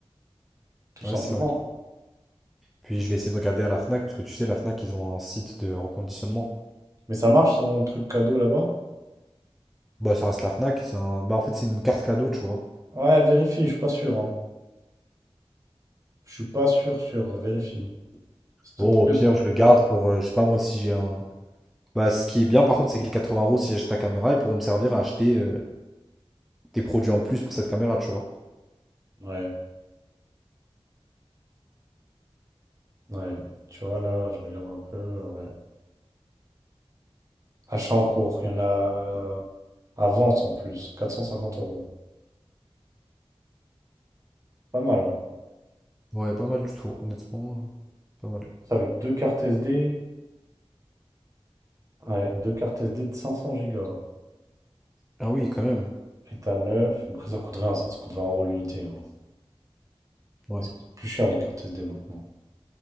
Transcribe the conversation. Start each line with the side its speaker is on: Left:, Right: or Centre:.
Right: Tout simplement.
Centre: Ouais, c'est vrai. Puis je vais essayer de regarder à la Fnac, parce que tu sais, la Fnac, ils ont un site de reconditionnement.
Right: Mais ça marche son truc cadeau là-bas?
Centre: Bah, ça reste la Fnac, c'est un... Bah, en fait, c'est une carte cadeau, tu vois.
Right: Ouais, vérifie, je suis pas sûr, hein. Je suis pas sûr, sûr, vérifie. C'est peut-être
Centre: Bon,
Right: plus.
Centre: au pire, je le garde pour, euh, je sais pas moi, si j'ai un... Bah, ce qui est bien, par contre, c'est que les 80 euros, si j'achète ta caméra, ils pourront me servir à acheter euh, des produits en plus pour cette caméra, tu vois.
Right: Ouais, ouais. Tu vois, là, je regarde un peu. Ouais. Achat en cours, il y en a euh, avance en plus, 450 euros. Pas mal, hein.
Centre: Ouais, pas mal du tout, honnêtement. euh, Pas mal.
Right: C'est avec deux cartes SD. Ouais, deux cartes SD de 500 gigas.
Centre: Ah oui, quand même.
Right: État neuf. Après, ça coûte rien, ça, ça coûte 20 euros l'unité. hein.
Centre: Ouais,
Right: Ça coûte plus cher les cartes SD maintenant.